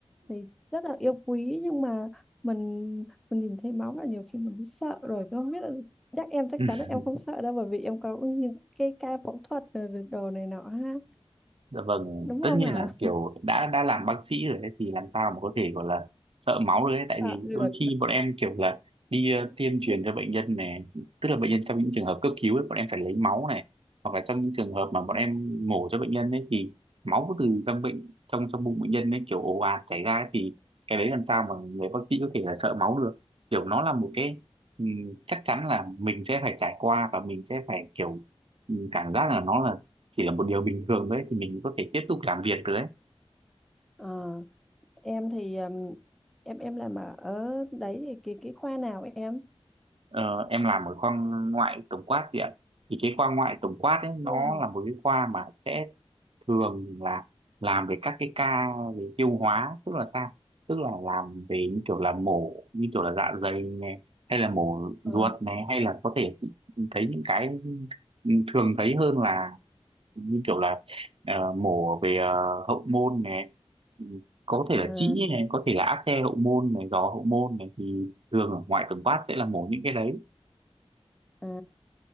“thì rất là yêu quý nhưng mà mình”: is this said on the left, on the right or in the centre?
Centre